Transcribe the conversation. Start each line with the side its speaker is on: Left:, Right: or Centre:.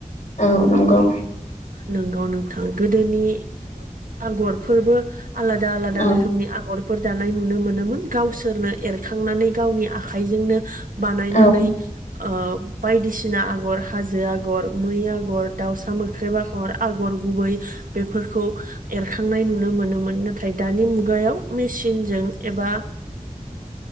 Left: औ नंगौ
Right: नोंगौ नोंथां गोदोनि आगरफोरबो आलादा आलादा
Left: औ
Right: रोखोमनि आगर फोर दानाय नुनो मोनोमोन गावसोरनो एरखांनानै गावनि आखाइजोंनो नानै
Left: औ
Right: ओ बायदिसिना आगर हाजो हाजो आग'र मै आगर दाउसा मोख्रेब आगर आगर गुबै बेफोरखौ एर एरखांनाय नुनो मोनोमोन नाथाय दानि मुगायाव मेसिनजों एबा